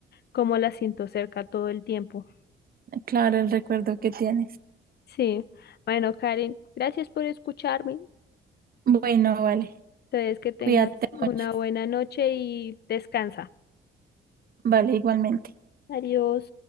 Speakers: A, on the left; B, on the right.
A: como la siento cerca todo el tiempo.
B: Claro, el recuerdo que tienes.
A: Sí. Bueno, Karen, gracias por escucharme.
B: Bueno, vale.
A: Entonces, que tengas
B: Cuídate
A: una
B: mucho.
A: buena noche y descansa.
B: Vale, igualmente.
A: Adiós.